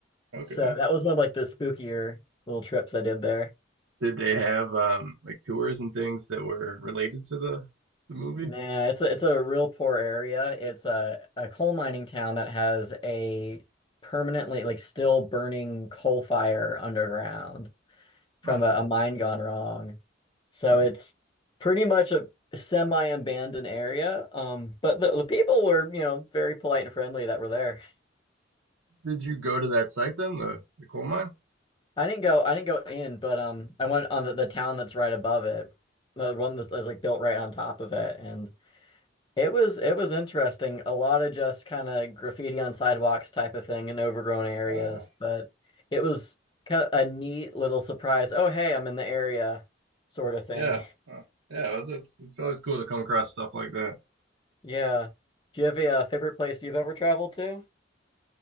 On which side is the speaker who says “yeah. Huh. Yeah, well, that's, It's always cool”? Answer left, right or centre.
Right